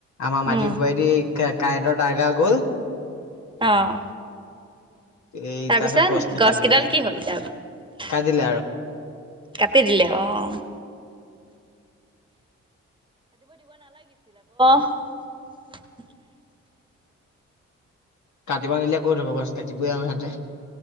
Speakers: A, on the left; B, on the right.
A: আমাৰ মাটিৰ
B: উম
A: উপৰেদি কাৰেণ্টৰ টাৰ গাল গ'ল
B: অ',
A: এই
B: তাৰ
A: তাৰপিছত
B: পিছত
A: গছখিনি
B: গছ
A: কাটি
B: কিদাল
A: দিলে।
B: কি হল এতিয়া
A: কাটিলে আৰু
B: কাটি দিলে অ', <inaudible>
A: কাটিব নিদিলে ক'ত হব কচোন কাটিবই আৰু সিহতে